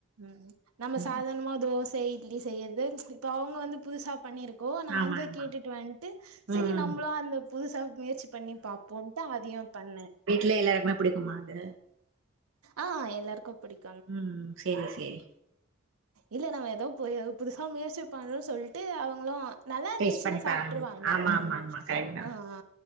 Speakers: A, on the right (about 90°); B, on the right (about 60°).
A: ம் நம்ம
B: ம்
A: சாதாணமா தோச இட்லி செய்யற்து இப்ப அவுங்க வந்து புதுசா பண்ணிருக் கோ நா
B: ஆமா
A: அந்த
B: ஆமா
A: கேட்டுட்டு வந்ட்டு செரி
B: ம்
A: நம்ப்ளு அந்த புதுசாவ் முயற்சி பண்ணி பாப்போன்ட்டு அதுயு பண்ண
B: லே எல்லாருக்குமே புடிக்குமா அது
A: ஆ எல்லாருக்கு புடிக்
B: ம் ம் சேரி சேரி
A: இல்ல நம்ம எதோ பொயோ புதுசா முயற்சி பண்றோ சொல்ட்டு அவங்ளு நல்லாருந்துச்சுன்னா
B: டேஸ்ட் பண்ணி
A: சாப்ட்டுருவாங்க
B: பாருங்க
A: ஆமா
B: கரெக்ட் தா
A: அ அ